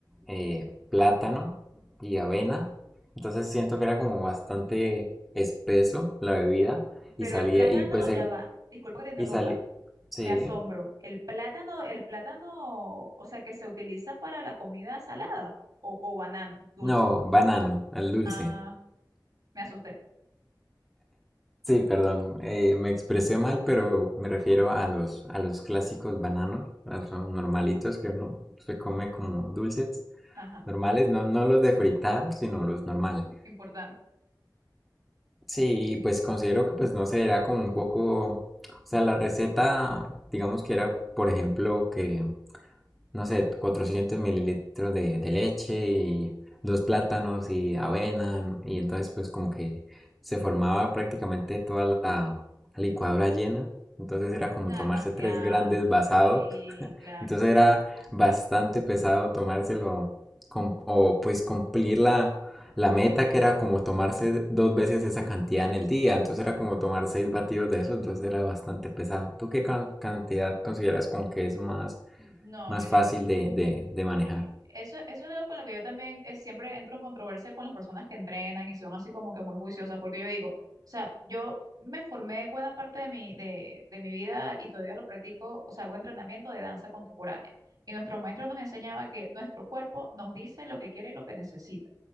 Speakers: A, in the centre; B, on the right.
A: eh, plátano y avena. Entonces siento que era como bastante espeso la bebida.
B: Pero
A: Y salía,
B: el plátano,
A: y pues,
B: ya
A: el-
B: va, disculpa que te interrumpa,
A: y salí sí,
B: me asombro. El plátano, el plátano, o sea, que se utiliza para la comida salada o, o banano, dulce.
A: no, banano, al dulce.
B: Ah, Me asusté.
A: Sí, perdón, eh, me expresé mal, pero me refiero a los, a los clásicos bananos, a los normalitos que uno se come como dulces
B: Ajá,
A: normales, no, no los de fritar, sino los normales.
B: importante.
A: Sí, y pues considero que pues no sé, era como un poco, o sea, la receta, digamos que era, por ejemplo, que no sé, 400 mililitros de, de leche y dos plátanos y avena. Y entonces pues como que se formaba prácticamente toda la licuadora llena. Entonces era como
B: No,
A: tomarse
B: demasiado.
A: tres grandes basados.
B: Sí,
A: <laughs>
B: claro.
A: Entonces era bastante pesado tomárselo com- o pues cumplir la, la meta que era como tomarse dos veces esa cantidad en el día. Entonces era como tomar seis batidos de eso. Entonces era bastante pesado. ¿Tú qué ca- cantidad consideras como que es más
B: No,
A: más
B: yo,
A: fácil de, de, de manejar.
B: eso, eso es algo con lo que yo también eh, siempre entro en controversia con las personas que entrenan y son así como que muy juiciosas, porque yo digo, o sea, yo me formé buena parte de mi, de, de mi vida y todavía lo practico, o sea, hago entrenamiento de danza contemporánea. Y nuestro maestro nos enseñaba que nuestro cuerpo nos dice lo que quiere y lo que necesita.